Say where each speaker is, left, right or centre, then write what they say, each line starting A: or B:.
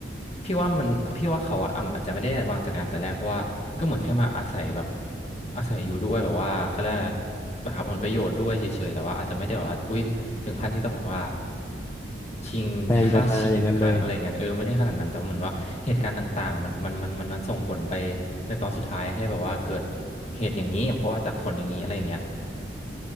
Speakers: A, on the left (about 35°); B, on the left (about 15°).
A: พี่ว่ามันพี่ว่าเขาอะอ่ำอาจจะไม่ได้วางจัดการแต่แรกเพราะว่าก็เหมือนแค่มาอาศัยแบบอาศัยอยู่ด้วยแบบว่าเขาเรียกอะไรหาผลประโยชน์ด้วยเฉยๆแต่ว่าอาจจะไม่ได้แบบว่าอุ้ยถึงขั้นที่ต้องแบอกว่าชิงค่าชิงกันอะไรเงี้ยเออไม่ได้ขนาดนั้นแต่ว่าเหมือนว่าเหตุการณ์ต่างๆอะมันมันมันมันมันส่งผลไป
B: แพลนจะมาอย่างนั้นเลย
A: ในตอนสุดท้ายให้แบบว่าเกิดเหตุอย่างนี้เพราะว่าจากผลอย่างนี้อะไรอย่างเงี้ย